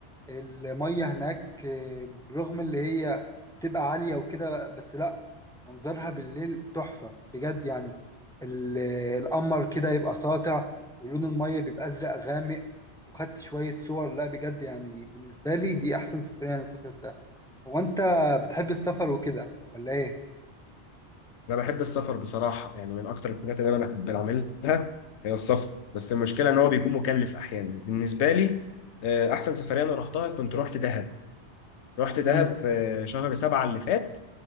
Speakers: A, in the centre; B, on the left.
A: المية هناك آه، برغم اللي هي بتبقى عالية وكده بس لا منظرها بالليل تحفة بجد يعني ال- القمر كده يبقى ساطع ولون المية بيبقى أزرق غامق وخدت شوية صور لا بجد يعني بالنسبة لي دي أحسن سفرية أنا سافرتها هو أنت بتحب السفر وكده ولا إيه؟
B: انا بحب السفر بصراحه يعني من اكتر الحاجات اللي انا بحب اعملها هي السفر بس المشكله ان هو بيكون مكلف احيانا بالنسبه لي آه، احسن سفريه انا رحتها كنت رحت دهب رحت دهب
A: مم.
B: في شهر سبعة اللي فات